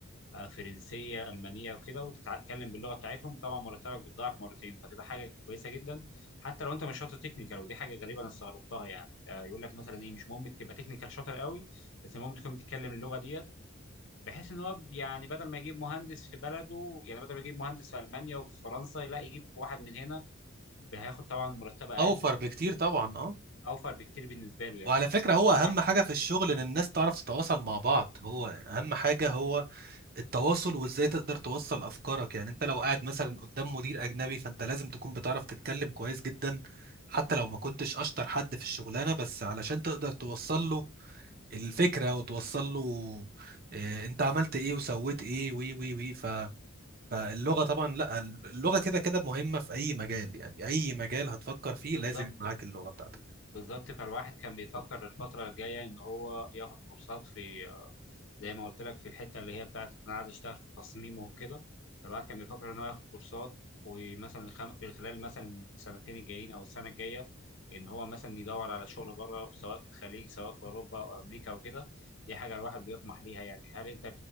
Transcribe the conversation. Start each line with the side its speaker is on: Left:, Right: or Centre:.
Left: آه، فرنسيه المانيه وكده وتتكلم باللغه بتاعتهم طبعا مرتبك بيتضاعف مرتين فتبقى حاجه كويسه جدا حتى لو انت مش شاطر تكنيكال ودي حاجه غريبه انا استغربتها يعني آه، يقول لك مثلا ايه مش مهم تبقى تكنيكال شاطر قوي بس المهم تكون بتتكلم اللغه ديت بحيث ان هو يعني بدل ما يجيب مهندس في بلده يعني بدل ما يجيب مهندس في المانيا وفي فرنسا لا يجيب واحد من هنا هياخد طبعا مرتب اقل
Right: اوفر بكتير طبعا اه
Left: اوفر بكتير بالنسبه له يعني
Right: وعلى فكره هو
Left: الواحد
Right: اهم حاجه في الشغل ان الناس تعرف تتواصل مع بعض هو اهم حاجه هو التواصل وازاي تقدر توصل افكارك يعني انت لو قاعد مثلا قدام مدير اجنبي فانت لازم تكون بتعرف تتكلم كويس جدا حتى لو ما كنتش اشطر حد في الشغلانه بس علشان تقدر توصل له الفكره وتوصل له آه، انت عملت ايه وسويت ايه وي وي وي ف فاللغه طبعا لا اللغه كده كده مهمه في اي مجال يعني اي مجال هتفكر فيه
Left: بالظبط
Right: لازم يبقى معاك اللغه بتاعتك
Left: بالظبط فالواحد كان بيفكر الفترة الجاية إن هو ياخد كورسات في زي ما قلت لك في الحته اللي هي بتاعت إن انا عايز اشتغل في التصميم وكده فالواحد كان بيفكر ان هو ياخد كورسات ومثلا خم... في خلال مثلا السنتين الجايين او السنه الجايه ان هو مثلا يدور على شغل بره سواء في الخليج سواء في اوروبا او امريكا وكده دي حاجه الواحد بيطمح ليها يعني هل انت